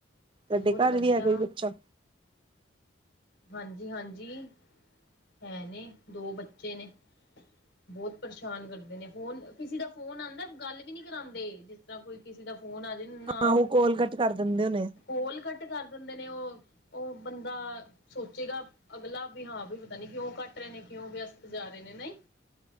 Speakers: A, on the right (about 25°); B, on the left (about 65°).
A: ਤੁਆਡੇ
B: ਹੋਰ
A: ਘਰ
B: ਵਧੀਆ
A: ਵੀ ਐ ਕੋਈ ਬੱਚਾ?
B: ਹਾਂਜੀ-ਹਾਂਜੀ, ਹੈ ਨੇ, ਦੋ ਬੱਚੇ ਨੇ। ਬੌਤ ਪਰੇਸ਼ਾਨ ਕਰਦੇ ਨੇ, ਫੋਨ ਕਿਸੇ ਦਾ ਫੋਨ ਆਂਦਾ ਗੱਲ ਵੀ ਨੀ ਕਰਾਂਦੇ, ਜਿਸ ਤਰ੍ਹਾਂ ਕੋਈ ਕਿਸੇ ਦਾ ਫੋਨ ਆ, ਜੇ ਨਾ
A: ਆਹੋ ਕੋਲ ਕੱਟ ਕਰ ਦਿੰਦੇ ਹੋਣੇ
B: ਕੋਲ ਕੱਟ ਕਰ ਦਿੰਦੇ ਨੇ, ਓ, ਓ ਬੰਦਾ ਸੋਚੇਗਾ ਅਗਲਾ, ਵੀ ਹਾਂ ਵੀ ਪਤਾ ਨੀ ਕਿਉਂ ਕੱਟ ਰਏ ਨੇ, ਕਿਉਂ ਵੇਅਸਤ ਜਾ ਰਏ ਨੇ, ਨਈ।